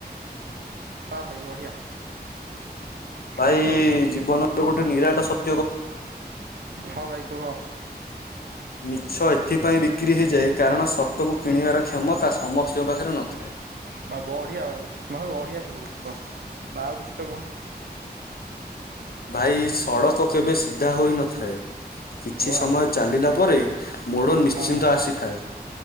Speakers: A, on the right; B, on the left.
A: ବା ଭାଇ ବଢିଆ।
B: ଭାଇ
A: ଆଉ ସବୁ
B: ଜୀବନର ଗୋଟେ ନିରାଟ ସତ
A: ହଁ ଭାଇ କୁହ।
B: ମିଛ ଏଥିପାଇଁ ବିକ୍ରି ହେଇଯାଏ କାରଣ ସତକୁ କିଣିବାର କ୍ଷମତା ସମସ୍ତିଙ୍କ ପାଖରେ ନଥାଏ।
A: ଭାଇ ବଢିଆ ଭାଇ ଭାଇ ବଢିଆ ସବୁ ତ ଆଉ କିଛିତ କୁହ।
B: ଭାଇ ସଡ଼କ କେବେ ସିଧା ହୋଇ ନଥାଏ
A: ୱା
B: କିଛି
A: ହଁ ୱା
B: ସମୟ ଚାଲିଲା ପରେ ମୋଡ ନିଶ୍ଚିନ୍ତ
A: ଭାଇ
B: ଆସିଥାଏ